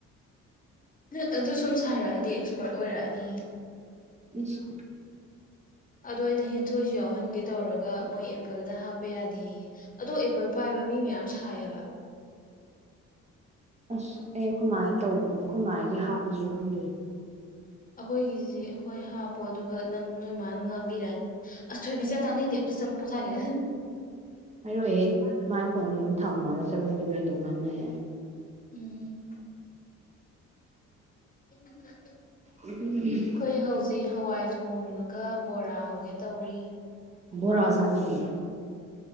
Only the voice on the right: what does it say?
ꯏꯤꯁ
ꯑꯁ ꯑꯩ ꯑꯩꯈꯣꯏ ꯃꯥꯗ ꯇꯧ ꯑꯩꯈꯣꯏꯃꯥꯏꯖꯦ ꯍꯥꯞꯄꯖꯤꯔ ꯈꯪꯗꯦ
ꯍꯥꯏꯔꯣꯏꯍꯦ ꯃꯥꯥꯏ ꯐꯣꯟ ꯊꯝꯃꯒ ꯆꯕꯦꯡ ꯆꯕꯦꯡ ꯑꯗꯨꯝ ꯉꯥꯡꯅꯌꯥꯏ
ꯎꯝ
ꯕꯣꯔꯥ ꯆꯥꯅꯤꯡꯉꯦ